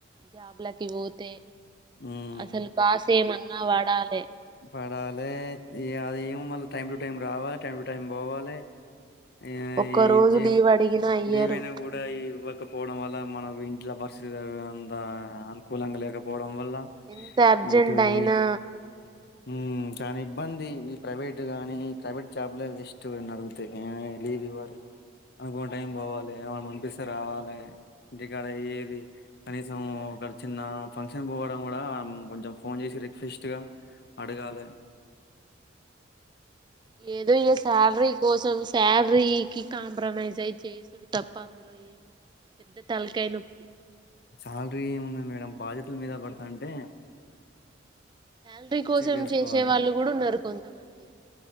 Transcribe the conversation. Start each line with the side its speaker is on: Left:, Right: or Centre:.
Right: జాబ్లకి పోతే
Left: ఉమ్
Right: అసలు బాస్ ఏమన్నా పడాలే
Left: పడాలి అది ఏమి మళ్ళ టైం టు టైం రావాలి టైం టు టైం పోవాలి ఆ
Right: ఒక్క
Left: ఈ
Right: రోజు
Left: నిజం
Right: లీవ్ అడిగినా ఇయ్యరు
Left: లీవైన కూడా ఇవ్వక పోవడం వల్ల మనకు ఇంట్లో పరిస్థితు అంతా అనుకూలంగా లేకపోవడం వల్ల
Right: ఎంత అర్జెంట్
Left: ఇటు
Right: అయినా
Left: ఈ ఊ చాన ఇబ్బంది ప్రైవేట్ గానీ ప్రైవేట్ జాబ్ లే వేస్ట్ నన్నుఅడిగుతే లీవ్ ఇవ్వారు అనుకో టైం పోవాలే అనిపిస్తుంది రావాలి ఇంటి కాడ ఏది కనీసం ఒక చిన్న ఫంక్షన్ పోవడం కూడా కొంచెం ఫోన్ చేసి రిక్వెస్ట్గా అడగాలె
Right: ఏదో ఇగా శాలరీ కోసం శాలరీకి కాంప్రమైజ్ అయి చేస్త తప్ప ఏం పెద్ద తలకాయ నొప్పి
Left: సాలరీ ఏం ఉండాది మే బాధ్యతల మీద పడుతాంటే
Right: శాలరీ కోసం
Left: చేసుకోవాలి
Right: చేసే వాళ్ళు కూడా ఉన్నారు కొంతమంది